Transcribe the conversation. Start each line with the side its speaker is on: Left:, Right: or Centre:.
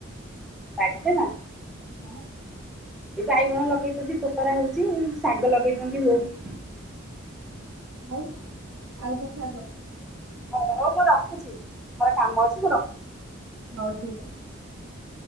Centre: ବାଡ଼ିରେ ନା?
Right: <unintelligible>
Centre: ଏ ବାଇଗଣ ଲଗେଇଚନ୍ତି ପୋକରା ହଉଚି ଶାଗ ଲଗେଇଚନ୍ତି ବହୁତ
Right: ଆଉ ଆଉ କଣ ଶାଗ?
Centre: ହଉ ହଉ ମୁଁ ରଖୁଚି ମୋର କାମ ଅଛି ମୁଁ ରଖୁଚି।
Right: ହଉ ଠିକ୍ ଅଛି।